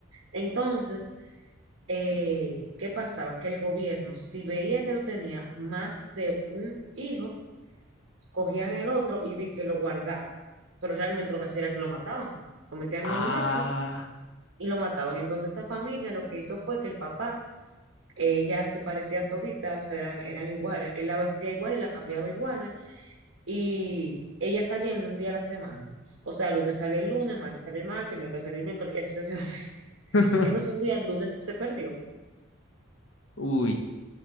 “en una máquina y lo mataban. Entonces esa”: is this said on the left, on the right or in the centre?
Right